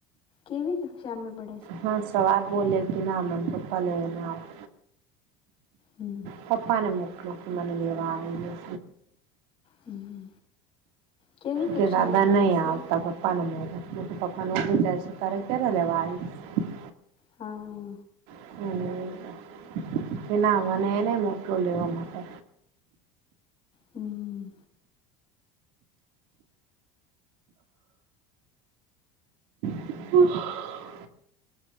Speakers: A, on the left (about 35°); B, on the right (about 75°).
A: કેવી કક્ષામાં ભણ
B: હા સવાર બોવ લેટ ના હાલે એન પપ્પા લઈને આવે.
A: હમ
B: પપ્પાને મોકલો, મને લેવા આવે <unintelligible>
A: હમ કેવી કક્ષામાં
B: કે દાદા
A: ભણે
B: નહીં
A: છે?
B: આવતા, પપ્પાને મોકલો. <unintelligible> પપ્પા <unintelligible> તારે ક્યારે લેવા આવીશ.
A: હા.
B: <unintelligible> કે ના મને એને મોકલો લેવા માટે.
A: હમ્મ-હમ્મ.
B: <inaudible>